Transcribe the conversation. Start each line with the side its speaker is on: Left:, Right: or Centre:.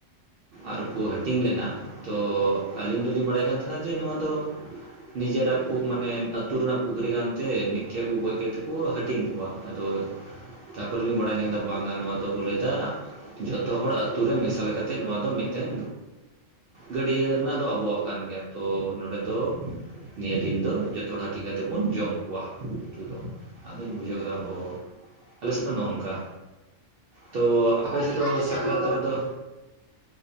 Right: ᱟᱨᱠᱚ ᱦᱟᱹᱴᱤᱧ ᱞᱮᱱᱟ ᱛᱚ ᱟᱹᱞᱤᱧ ᱫᱚᱞᱤᱧ ᱵᱟᱲᱟᱭ ᱠᱟᱱ ᱛᱟᱦᱮᱱᱟ ᱡᱮ ᱱᱚᱣᱟ ᱫᱚ ᱱᱤᱡᱮᱨᱟᱜ ᱢᱟᱱᱮ ᱟᱹᱛᱩ ᱨᱮᱱᱟᱜ ᱯᱩᱠᱷᱨᱤ ᱠᱟᱱᱛᱮ ᱢᱤᱫ ᱴᱷᱮᱱ ᱠᱩ ᱜᱚᱡ ᱠᱟᱛᱮ ᱠᱩ ᱦᱟᱹᱴᱤᱧ ᱠᱚᱣᱟ᱾ ᱟᱫᱚ ᱛᱟᱯᱚᱨ ᱞᱤᱧ ᱵᱟᱲᱟᱭ ᱧᱟᱢ ᱟᱠᱟᱫᱟ ᱵᱟᱝᱟ᱾ ᱱᱚᱣᱟ ᱫᱚᱠᱚ ᱞᱟᱹᱭᱮᱫᱟ ᱡᱚᱛᱚᱦᱚᱲ ᱟᱹᱛᱳ ᱨᱮ ᱢᱮᱥᱟᱞᱛᱮᱫ ᱱᱚᱣᱟ ᱫᱚ ᱢᱤᱫᱴᱮᱱ ᱜᱟᱹᱰᱭᱟᱹ ᱨᱮᱱᱟᱜ ᱫᱚ ᱟᱵᱚᱣᱟᱜ ᱠᱟᱱ ᱜᱮᱭᱟ ᱛᱚ ᱱᱚᱸᱰᱮ ᱫᱚ ᱱᱤᱭᱟᱹ ᱫᱤᱱ ᱫᱚ ᱡᱚᱛᱚ ᱦᱚᱲ ᱦᱟᱹᱴᱤᱧ ᱠᱟᱛᱮᱫ ᱵᱚᱱ ᱡᱚᱢ ᱠᱚᱣᱟ ᱦᱟᱹᱠᱩ ᱩᱛᱩ ᱫᱚ᱾ ᱟᱫᱚᱧ ᱵᱩᱡᱷᱟᱹᱣ ᱠᱮᱫᱟ ᱚ ᱟᱞᱮ ᱥᱮᱫ ᱫᱚ ᱱᱚᱝᱠᱟ᱾ ᱛᱚ
Left: ᱦᱳᱭ
Right: ᱟᱯᱮ ᱥᱮᱫ ᱫᱚ
Left: ᱟᱞᱮ
Right: ᱥᱟᱠᱨᱟᱛ
Left: ᱦᱚᱸ
Right: ᱨᱮᱫᱚ